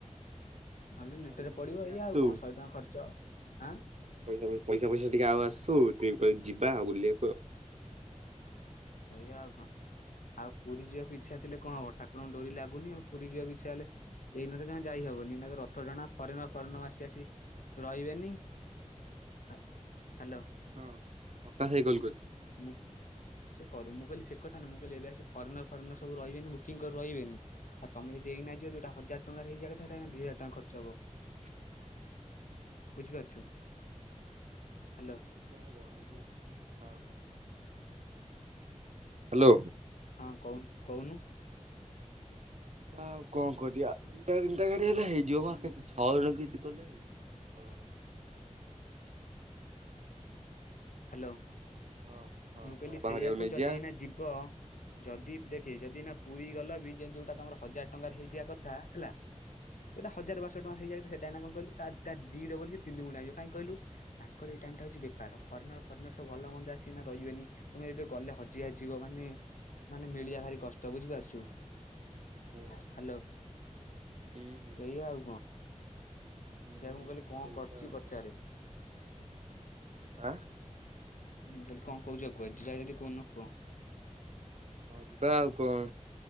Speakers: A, on the left (about 85°); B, on the right (about 60°).
A: ନହେଲେ ଲିଟରେ
B: ପଇସା
A: ପଡିବ
B: ଫଇସା ଟିକେ
A: ଏଇଆ
B: ଆସୁ
A: ଆଉ କଣ ଶହେ ଟଙ୍କା ଖର୍ଚ୍ଚ ହବ ଆଁ
B: ପଇସା ପଇସା ପଇସା ପଇସା ଟିକେ ଆଉ ଆସୁ <unintelligible> ଯିବା ଆଉ ବୁଲିବାକୁ ଆଉ।
A: ଏଇଆା ଆଉ କଣ ଆଉ ପୁରୀ ଯିବାକୁ ଇଚ୍ଛା ଥିଲେ କଣ ହବ ଠା କୁର ଙ୍କ ଡୋରି ଲାଗୁନି ଆଉ ପୁରୀ ଯିବାକୁ ଇଚ୍ଛା ହେଲେ ଏଇ ନା ତ ଜମା ଯାଇହବନି ଏଇନା ତ ରଥ ଟଣା ଫରେନର ଫରେନର ଆସି ଆସିବେ ରଇବେନି। ହାଲୋ।
B: ହଁ ପକାଶ ଭାଇ କଲ୍ କ
A: ମୁଁ। ସେ କରୁ ମୁଁହିଲି ସେ କଥାୁ ମୁଁହିଲି ଏବେ ଆସି ଫରେନର ଫରେନର୍ ସବୁ ରହିବନି ବୁକିଂଗ କରି ରହିବନି। ଆଉ ତମେ ଯଦି ଏଇନା ଯୋଉଟା ହଜାର ଟଙ୍କାରେ ହେଇଯିବା କଥା ସେଇଟା ଦି ହଜାର ଟଙ୍କ ଖର୍ଚ ହବ।
B: <unintelligible>
A: ବୁଝିପାରୁଛୁ? ହ୍ୟାଲୋ।
B: ତ ହବ ଆହୁରିି ହଁ। ହ୍ୟାଲୋ।
A: ହଁ କହୁ କହୁନୁ?
B: ବା ଆଉ କଣ କରିବା ଦିଟା ତିନିଟା ଗାଡି ହେଲା ହେଇଯିବ। ପା କେତେ ଛଅ ଜଣ ଯ କଲେ ହେଇଯିବ। କଣ?
A: ହ୍ୟାଲୋ
B: ହଁ ହଁ
A: ମୁଁ
B: କଳପା
A: କହିଲି ସେଇଆକୁ
B: ହରିଆକୁ ନେଇଯିବା।
A: ଯଦି ଏଇନା ଯିବ ଯଦି ଦେଖେ ଯଦି ନା ପୁରୀ ଗଲ ବି ଯୋଉଟା ତମର ହଜାର ଟଙ୍କାରେ ହେଇଯିବା କଥା ହେଲା। ଯୋଉଟା ହଜାର ବାରଶହ ଟଙ୍କା ହେଇଯାଇ ସେଟା ଏଇନା କଣ କହିଲୁ ତା ଦିଡବଲ କି ତିନି ଗୁଣା ହେଇଯିବ କାହିଁ କହିଲୁ ତାଙ୍କର ଏଇ ଟାଇମ୍ ଟାଉଛି ବେପାର। ଫନର ଫନର ସବୁ ଭଲ ମନ୍ଦ ଆସିକିନା ରହିବେନି ତମେ ଏବେ ଗଲେ ହଜି ହଜିଯିବ। ମାନେ ମାନେ ମିଳିବା ଭାରି କଷ୍ଟ ବୁଝିପାରୁଛୁ।
B: ହୁଁ
A: ହ୍ୟାଲୋ
B: ହୁଁ ହୁଁ
A: ଏଇଆ ଆଉ କଣ?
B: ହୁଁ
A: ସେଆକୁ ମୁଁ କହିଲି କଣ
B: ସେଇଆ
A: କରୁଛି
B: ଆଉ
A: ପଚାରେ?
B: କଣ ଆ
A: ମୁଁ କହିଲି କଣ କହୁଛ କୁହ ଯିବା ଯଦି କୋଉଦିନ କୁହ?
B: ହଁ ଯିବା ଆଉ କଣ।